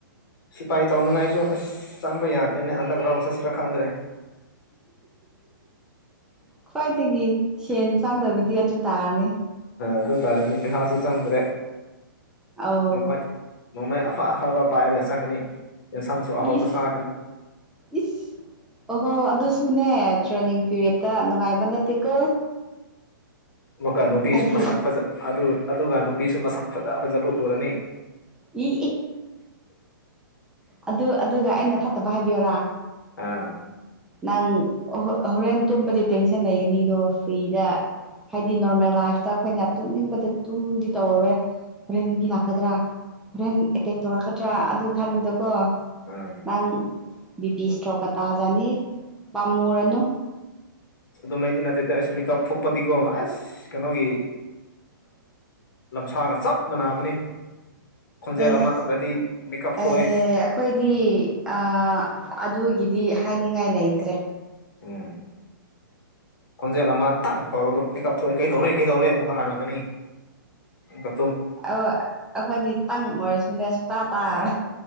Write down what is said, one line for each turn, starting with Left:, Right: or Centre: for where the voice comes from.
Left: ꯁꯤꯄꯥꯏ ꯇꯧꯅꯉꯥꯏꯁꯨ ꯑꯁ ꯆꯪꯕ ꯌꯥꯗ꯭ꯔꯦꯅꯦ ꯍꯟꯗꯛ ꯔꯥꯎꯟ ꯆꯠꯁꯤꯔ ꯈꯪꯗ꯭ꯔꯦ
Centre: ꯈ꯭ꯋꯥꯏꯗꯒꯤ ꯁꯦꯟ ꯆꯥꯡꯗꯕꯤꯗ ꯑꯗꯨ ꯨ ꯇꯥꯔꯅꯤ
Left: ꯑꯗꯨ ꯇꯥꯔꯅꯤ ꯄꯩꯁꯥꯁꯨ ꯆꯪꯗ꯭ꯔꯦ
Centre: ꯑꯧ
Left: ꯅꯣꯡꯃꯩ ꯅꯣꯡꯃꯩ ꯑꯐ ꯑꯐꯕ ꯄꯥꯏꯔꯒ ꯆꯪꯒꯅꯤ ꯁꯪꯁꯨ ꯑꯍꯥꯎꯕ
Centre: ꯏꯁ
Left: ꯆꯥꯔꯅꯤ
Centre: ꯏꯁ ꯑꯣꯍꯣ ꯑꯗꯨꯁꯨꯅꯦ ꯇ꯭ꯔꯦꯅꯤꯡ ꯄꯤꯔꯗꯠꯇ ꯅꯨꯡꯉꯥꯏꯕ ꯅꯠꯇꯦꯀꯣ
Left: ꯑꯃꯨꯛꯀ ꯅꯨꯄꯤꯁꯨ
Centre: ꯍꯥꯏꯗꯤ
Left: ꯃꯁꯛ ꯐꯖ ꯑꯗꯨ ꯑꯗꯨꯒ ꯅꯨꯄꯤꯁꯨ ꯃꯁꯛ ꯐꯖ ꯐꯖꯕ ꯎꯔꯅꯤ
Centre: ꯏ ꯑꯗꯨ ꯑꯗꯨꯒ ꯑꯩꯅ ꯐꯠꯇꯕ ꯍꯥꯏꯕꯤꯌꯔꯥ
Left: ꯑꯥ
Centre: ꯅꯪ ꯍꯣꯔꯦꯟ ꯇꯨꯝꯕꯗꯤ ꯇꯦꯟꯁꯟ ꯂꯩꯒꯅꯤꯗꯣ ꯐ꯭ꯔꯤꯗ ꯍꯥꯏꯗꯤ ꯅꯣꯔꯃꯦꯜ ꯂꯥꯏꯐꯇ ꯑꯩꯈꯣꯏꯅ ꯇꯨꯝꯅꯤꯡꯕꯗꯤ ꯇꯨꯝꯗꯤ ꯇꯧꯔꯔꯣꯏ ꯍꯣꯔꯦꯟ ꯃꯤ ꯂꯥꯛꯀꯗ꯭ꯔꯥ ꯍꯣꯔꯦꯟ ꯑꯦꯇꯦꯛ ꯇꯧꯔꯛꯀꯗ꯭ꯔꯥ ꯑꯗꯨ ꯈꯟꯕꯗꯀꯣ
Left: ꯑꯥ
Centre: ꯅꯪ ꯕꯤ ꯄꯤ ꯏꯁꯇ꯭ꯔꯣꯛꯀ ꯇꯥꯖꯅꯤ ꯄꯥꯝꯃꯨꯔꯅꯨ
Left: ꯑꯗꯨꯃꯩꯗꯤ ꯅꯇꯩꯦꯇꯩ ꯑꯁ ꯃꯤꯀꯞ ꯊꯣꯛꯄꯗꯤꯀꯣ ꯑꯁ ꯀꯩꯅꯣꯒꯤ ꯂꯝꯁꯥꯒ ꯆꯞ ꯃꯥꯟꯅꯕꯅꯤ ꯈꯣꯟꯖꯦꯜ
Centre: ꯑꯦꯁꯍꯦ
Left: ꯑꯃ ꯇꯧꯔꯗꯤ ꯃꯤꯀꯞ ꯊꯣꯛꯑꯦ
Centre: ꯑꯩꯈꯣꯏꯗꯤ ꯑ ꯑꯗꯨꯒꯤꯗꯤ ꯍꯥꯏꯅꯤꯡꯉꯥꯏ ꯂꯩꯇ꯭ꯔꯦ
Left: ꯎꯝ ꯈꯣꯟꯖꯦꯜ ꯑꯃ ꯇꯪ ꯇꯧꯔꯗ ꯃꯤꯀ ꯀꯞꯊ ꯊꯣꯛꯑꯦ ꯀꯩꯗꯧꯔꯦ ꯀꯩꯗꯧꯔꯦ ꯑꯃꯨꯛꯀ ꯍꯥꯟꯅꯛꯀꯅꯤ ꯀ
Centre: ꯑ ꯑꯩꯈꯣꯏꯗꯤ ꯇꯪꯉꯔꯁꯤꯕꯨꯅꯦ ꯁꯨꯇꯥ ꯇꯥꯔꯣꯏ
Left: ꯎꯝ